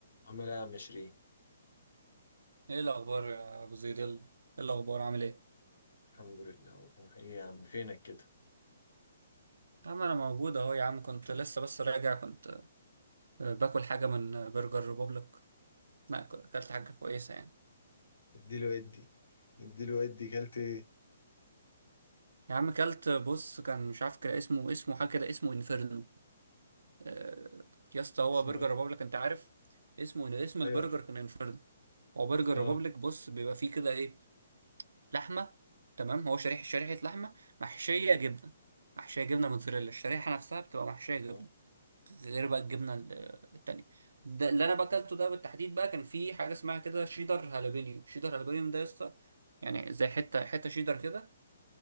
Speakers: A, on the left; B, on the right.
A: عامل ايه يا عم شيرين
B: ايه الاخبار يا ابو زيد يلا ايه الاخبار عامل ايه
A: الحمد لله والله ايه يا عم فينك كده
B: يا عم انا موجود اهو يا عم كنت لسه بس راجع كنت آه، باكل حاجه من آه، برجر ريبوبليك لا ك- اكلت حاجه كويسه يعني
A: اديله ادي اديله ادي كلت ايه
B: يا عم اكلت آه، بص كان مش عارف كده اسمه اسمه حاجه كده اسمه انفيرنو آه، يا اسطى هو
A: اسمه
B: برجر
A: ايه
B: ريبوبليك انت عارف اسمه اسم البرجر
A: ايوه عارف.
B: كان انفيرنو هو برجر
A: اه
B: ريبوبليك بص بيبقى فيه كده ايه لحمه تمام هو شريحه شريحه لحمه محشيه جبنه محشيه جبنه موتزاريلا الشريحه نفسها بتبقى محشيه
A: والله
B: جبنه غير بقى الجبنه ال- التانيه ده اللي انا باكلته ده بالتحديد بقى كان في حاجه اسمها كده شيدر هالابينيو شيدر هالابينيو ده يا اسطى يعني زي حته حته شيدر كده